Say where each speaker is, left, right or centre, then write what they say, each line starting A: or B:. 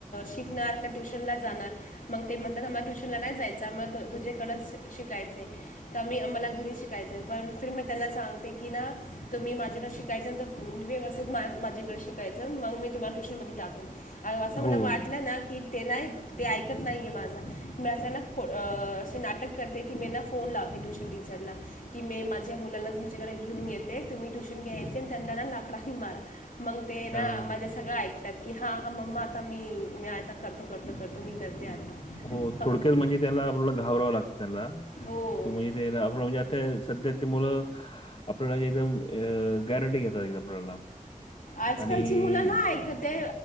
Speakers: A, on the left (about 80°); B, on the left (about 45°).
A: शिकणार का ट्युशनला जाणार? मग ते म्हणतात आमला ट्युशनला नाय जायचं आम्हाला तुझेकडच शिकायचय. तर मी आम्हाला घरी शिकायच पण फिर मी त्यांना सांगते की ना तुम्ही माझ्याकड शिकायचं तर व्यवस्थित माझेकडे शिकायचं मग मी तुम्हाला ट्यूशनमध्ये टाकेल. असं
B: हो
A: मला वाटलं ना की ते नाय ते ऐकत नाहीये माझा मी आस ना खो अस नाटक करते की मी ना फोन लावते ट्यूशन टीचरला की मी माझ्या मुलाला तुमच्याकडे घेऊन ये ते तुम्ही ट्युशन घ्यायचे त्यांना ना लाकडाने मारा. मग ते ना
B: हा.
A: माझं सगळं ऐ कत्यात की हा मम्मा आता मी आता करतो करतो करतो मी करते आता.
B: हो
A: फक्त
B: थोडक्यात म्हणजे त्याला आपला घाबरावं लागतं त्याला
A: हो
B: तुम्ही त्याला आपला म्हणजे ते सध्या ते मुलं आपल्याला एकदम अ गॅरंटी घेतात एकदम आपल्याला.
A: आजकालची
B: आणि
A: मुलं ना ऐकत ते